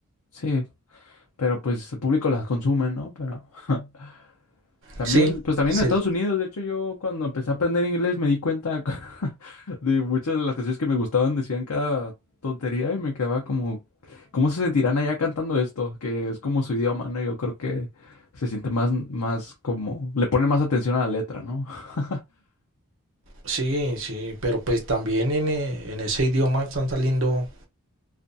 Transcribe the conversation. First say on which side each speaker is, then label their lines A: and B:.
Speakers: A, on the left (about 80°); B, on the right (about 55°).
A: sí, pero pues el público las consume, ¿no? Pero <laughs> también,
B: Sí,
A: pues también
B: sí,
A: en Estados Unidos, de hecho, yo cuando empecé a aprender inglés me di cuenta <laughs> de muchas de las canciones que me gustaban decían cada tontería y me quedaba como, ¿cómo se sentirán allá cantando esto? Que es como su idioma, ¿no? Yo creo que se siente más, más como, le ponen más atención a la letra, ¿no? <laughs>
B: Sí, sí, pero pues también en, eh, en ese idioma están saliendo,